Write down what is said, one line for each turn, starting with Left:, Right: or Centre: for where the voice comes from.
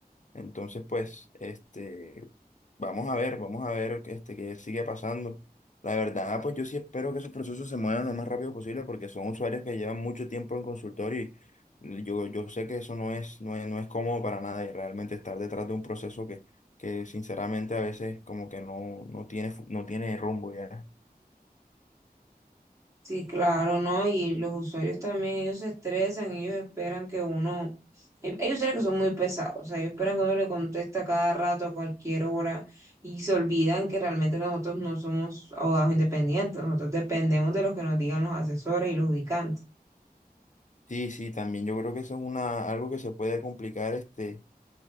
Left: Entonces, pues, este, vamos a ver, vamos a ver, este, qué sigue pasando. La verdad, pues yo sí espero que esos procesos se muevan lo más rápido posible porque son usuarios que llevan mucho tiempo en consultorio y yo, yo sé que eso no es, no es, no es cómodo para nada y realmente estar detrás de un proceso que, que sinceramente a veces como que no, no tiene, fu- no tiene rumbo ya.
Right: Sí, claro, ¿no? Y los usuarios también, ellos se estresan, ellos esperan que uno, eh, ellos saben que son muy pesados, o sea, ellos esperan que uno le conteste a cada rato, a cualquier hora, y se olvidan que realmente nosotros no somos abogados independientes, nosotros dependemos de los que nos digan los asesores y los ubicantes.
Left: Sí, sí, también yo creo que eso es una, algo que se puede complicar, este.